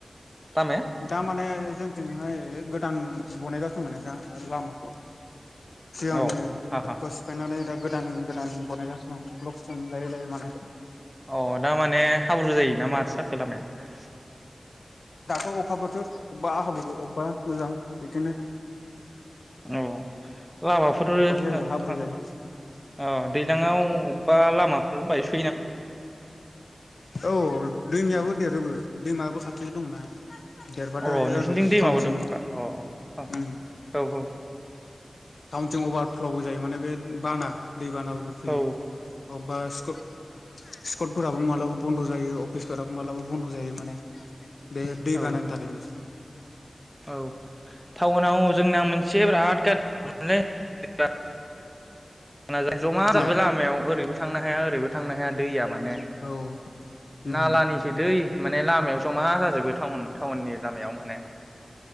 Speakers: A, in the centre; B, on the left.
A: लामाया
B: दा माने जोंथिंहाय गोदान बनायगासिनो दं माने जा लामाखौ सिगांनिखौ
A: औ हा हा
B: सिफायनानै दा गोदान गोदान बनायगासिनो दं लकेसन लायै लायै माने
A: अ दा माने हाब्रु जायो ना माथो जाखो लामाया?
B: दाथ' अखा बोथोर अबबा हाब्रु अबबा मोजां इदिनो
A: औ। लामाफोरो ओ
B: जायगायाव
A: हो
B: हाब्रु जायो
A: हो ओ दैज्लांआव अबबा लामा ओ बायस
B: औ दैमायाबो देरोबो। दैमाबो खाथि दंना। देरबाथाय
A: अ नोंसिनिथिं
B: ओरै
A: दैमाबो
B: टाउनथिं
A: दं होमबा अ ह ह
B: उम
A: औ औ।
B: टाउनथिं अभारफ्लबो जायो माने बे बाना दैबानाबो फैयो
A: औ
B: अबबा स्कु स्कुलफोराबो मालाबा बन्द' जायो अफिसफोराबो मालाबा बन्द' जायो माने बे दै
A: औ
B: बानायनि थाखायनो।
A: औ टाउनाव जोंना मोनसे से बेराद <unintelligible> <unintelligible> ज'मा जाजोबो
B: माया
A: लामायाव ओरैबो थांनो हाया ओरैबो थांनो हाया दैया माने
B: औ उम
A: नालानिसो दै माने लामायाव ज'मा जाजोबो टाउन टाउननि लामायाव माने।